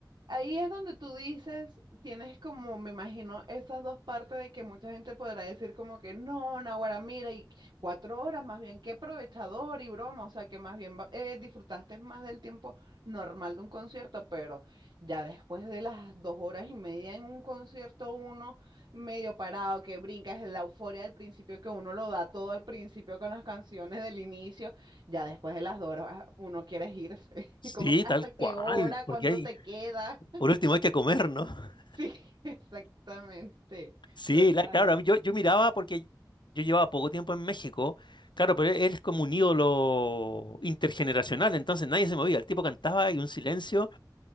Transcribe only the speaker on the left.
Sí,
tal
cual,
porque
hay,
Por último, hay que comer, ¿no? <laughs>
Sí,
la- claro, a mí yo, yo miraba porque yo llevaba poco tiempo en México, claro, pero él es como un ídolo intergeneracional, entonces nadie se movía, el tipo cantaba y un silencio,